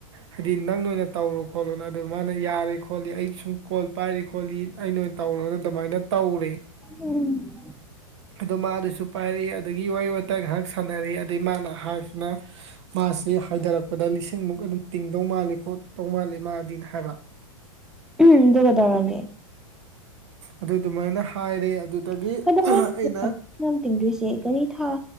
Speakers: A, on the right; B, in the centre.
A: ꯍꯥꯏꯗꯤ ꯅꯪ ꯅ ꯑꯣꯏꯅ ꯇꯧꯔꯨ ꯈꯣꯠꯂꯨꯅ ꯑꯗꯨ ꯃꯥꯅ ꯌꯥꯔꯦ ꯈꯣꯠꯂꯤ ꯑꯩ ꯁꯨꯝ ꯀꯣꯜ ꯄꯥꯏꯔꯤ ꯈꯣꯠꯂꯤ ꯑꯩ ꯅ ꯑꯣꯏꯅ ꯇꯧꯔꯒ ꯑꯗꯨꯃꯥꯏꯅ ꯇꯧꯔꯦ
B: ꯎꯝ
A: ꯑꯗꯣ ꯃꯥꯗꯨꯁꯨ ꯄꯥꯏꯔꯛꯑꯦ ꯑꯗꯒꯤ ꯋꯥꯔꯤ ꯋꯥꯇꯥꯏ ꯉꯥꯏꯍꯥꯛ ꯁꯥꯟꯅꯔꯛꯏ ꯑꯗꯗꯒꯤ ꯃꯥꯅ ꯍꯥꯏ ꯅ ꯃꯥꯁꯤ ꯍꯥꯏꯊꯔꯛꯄꯗ ꯂꯤꯁꯤꯡꯃꯨꯛ ꯑꯗꯨꯝ ꯇꯤꯡꯗꯧ ꯃꯥꯜꯂꯤ ꯈꯣꯠꯇꯧ ꯃꯥꯜꯂꯤ ꯃꯥꯗꯤ ꯍꯥꯏꯕ
B: <unintelligible> ꯑꯗꯨ ꯀꯩꯗꯧꯔꯒꯦ
A: ꯑꯗꯨ ꯑꯗꯨꯃꯥꯏꯅ ꯍꯥꯏꯔꯦ ꯑꯗꯨꯗꯒꯤ
B: <unintelligible>
A: ꯑꯩꯅ
B: ꯇꯤꯡꯗꯣꯏꯁꯦ ꯒꯥꯔꯤ ꯊꯥꯎ